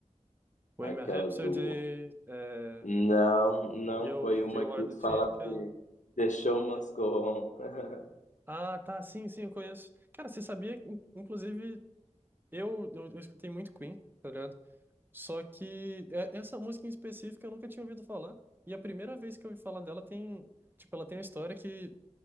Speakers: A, on the right; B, on the left.
A: Bohemian
B: aquela
A: Rhapsody?
B: do
A: É,
B: Não, não
A: You,
B: foi uma
A: You
B: que
A: Are the Champion?
B: fala que deixou umas com. <laughs>
A: Ah, tá, sim, sim, eu conheço. Cara, você sabia, in- inclusive, eu, eu, eu escutei muito Queen, tá ligado? Só que é- essa música em específico eu nunca tinha ouvido falar. E a primeira vez que eu ouvi falar dela tem, tipo, ela tem uma história que